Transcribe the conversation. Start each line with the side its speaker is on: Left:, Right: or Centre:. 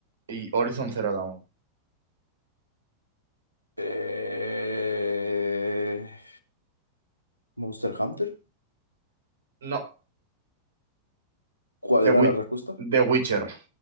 Right: y Horizon Zero Dawn.
Left: Eh, Monster Hunter.
Right: No,
Left: ¿Cuál
Right: The
Left: era
Right: Wit-
Left: la respuesta?
Right: The Witcher,